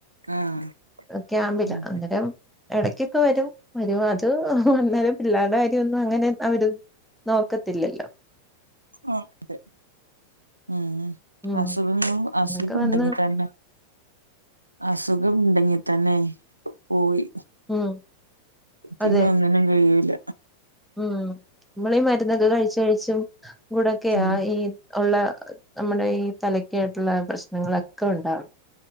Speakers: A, on the right; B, in the centre.
A: ആഹ്
B: <inaudible> ക്യാമ്പിലാ
A: ഉം
B: അന്നേരം എടക്കൊക്കെ വരും വരുവാ അത് വന്നേരം പിള്ളേര്ടെ കാര്യെന്നും അങ്ങനെ അവര് നോക്കത്തില്ലല്ലോ
A: ആഹ്
B: ഉം
A: അസുഖങ്ങളും അസുഖണ്ടെങ്കി
B: അങ്ങനൊക്കെ വന്ന്
A: തന്നെ അസുഖമുണ്ടെങ്കി തന്നെ പോയി
B: ഉം
A: പിന്നെ
B: അതെ
A: ഒന്നിനും കയ്യൂല
B: ഉം നമ്മള് ഈ മരുന്നൊക്കെ കഴിച്ച് കഴിച്ചും കൂടക്കെയാഈ
A: ഉം
B: ഉള്ള നമ്മുടെ ഈ തലക്കായിട്ടുള്ള പ്രശ്നങ്ങളൊക്കെ ഉണ്ടാവും